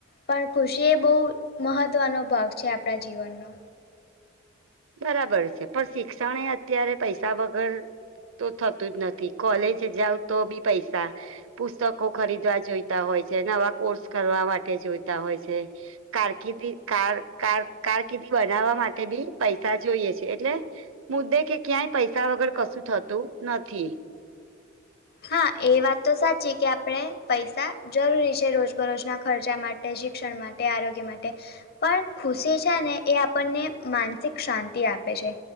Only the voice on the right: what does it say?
બરાબર છે પણ શિક્ષણ એ અત્યારે પૈસા વગર તો થતું જ નથી કોલેજ જાવ તો બી પૈસા પુસ્તકો ખરીદવા જોઈતા હોય છે નવા કોર્સ કરવા માટે જોતા હોય છે કારકિર્દી કાર કાર કારકિર્દી બનાવવા માટે બી પૈસા જોઈએ છે એટલે મુદ્દે કે ક્યાંય પૈસા વગર કશું થતું નથી